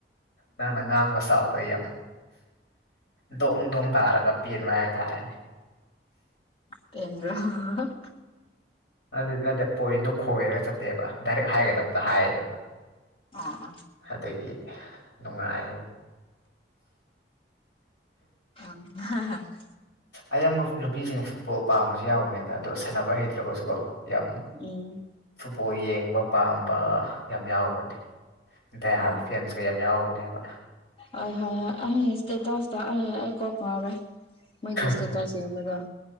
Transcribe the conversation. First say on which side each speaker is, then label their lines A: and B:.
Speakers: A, on the left; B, on the left.
A: ꯅꯪꯅ ꯉꯥꯡꯒꯁꯥꯎ ꯑꯩ ꯌꯥꯝ ꯗꯣꯡ ꯗꯣꯡ ꯇꯥꯔꯒ ꯄꯦꯟꯕ ꯍꯥꯏ ꯊꯥꯔ‌‌ꯦꯅ‌ꯦ
B: ꯇꯣ <unintelligible>
A: ꯑꯗꯨ ꯅꯠꯇꯦ ꯄꯣꯏꯟꯗ‌ꯣ ꯈꯣꯏꯔꯒ ꯆꯠꯇꯦꯕ ꯗꯥꯏꯔꯦꯛ ꯍꯥꯏꯒꯗꯕꯗ ꯍꯥꯏꯌꯦꯕ
B: ꯑꯣ ꯑꯣ
A: ꯑꯗꯒꯤ ꯅꯨꯡꯉꯥꯏ
B: ꯑ ꯍꯥ ꯍꯥ <unintelligible>
A: ꯑꯌꯥꯝꯕ ꯅꯨꯄꯤꯁꯤꯡ ꯐꯨꯠꯕꯣꯜ ꯄꯥꯝꯕꯁꯨ ꯌꯥꯎꯕꯅꯦꯗ ꯑꯗꯣ ꯁꯥꯟꯅꯕ ꯍꯩꯇ꯭ꯔꯒꯁꯨꯀꯣ ꯌꯥꯝ
B: ꯎꯝ
A: ꯐꯨꯠꯕꯣꯜ ꯌꯦꯡꯕ ꯄꯥꯝꯕ ꯌꯥꯝ ꯌꯥꯎꯕꯅꯤ ꯗꯥꯏ
B: ꯑꯣ
A: ꯍꯥꯔꯠ ꯐꯦꯟꯁꯀ ꯌꯥꯝ ꯌꯥꯎꯕꯅꯦꯕ
B: ꯍꯣꯏ ꯍꯣꯏ ꯍꯣꯏ ꯑꯩꯍꯁ ꯑꯩꯀꯣꯀ ꯍꯋꯦ <unintelligible> ꯃꯣꯏꯒꯤ ꯏꯇ‌ꯦꯁꯇ
A: ꯍꯣꯏ
B: ꯌ‌ꯦꯡꯕꯗ‌ꯣ